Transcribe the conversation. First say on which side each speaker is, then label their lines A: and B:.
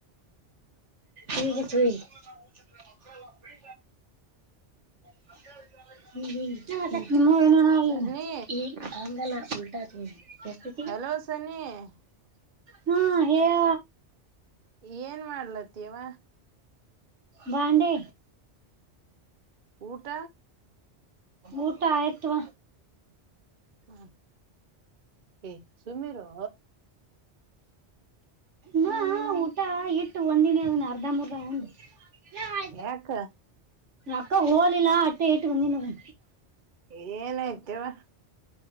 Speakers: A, on the right (about 85°); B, on the right (about 45°).
A: ಆ <unintelligible>
B: <inaudible>
A: <unintelligible> <unintelligible> ಏನಿಲ್ಲ
B: ಸನಿ
A: ಈ ಹಂಗಲ್ಲ ಉಲ್ಟ ಹಾಕು
B: ಹಲೋ ಸನಿ <inaudible>
A: ಹ್ಮ ಹೇಳೇ
B: ಏನ್ ಮಾಡತಿಯವ್ವ
A: ಬಂದೆ
B: ಊಟ
A: ಊಟ ಆಯತು
B: ಹ್ಞಾ ಎ ಸುಮ್ಮ ಇರೋ.
A: ನ
B: ನೀನ
A: ಊಟಾ ಇಟ್ಟ ಒಂದಿನಿ ಅದನ ಅರ್ಧ ಮುರ್ಧ ಉಂಡ <unintelligible>
B: ಯಾಕ
A: ಅಕ್ಕಾ ಹೋಲಿಲ್ಲಾ ಅಟ್ಟೆ ಇಟ್ಟ ಬಂದಿನ ಅದನ
B: ಏನಾಯ್ತ ಹೇಳ